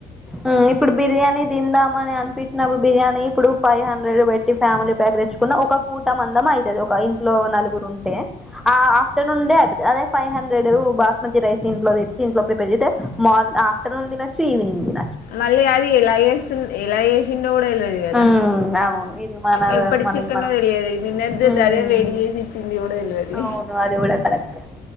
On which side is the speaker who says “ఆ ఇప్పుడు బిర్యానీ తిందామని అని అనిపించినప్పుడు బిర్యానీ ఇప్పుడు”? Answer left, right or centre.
Centre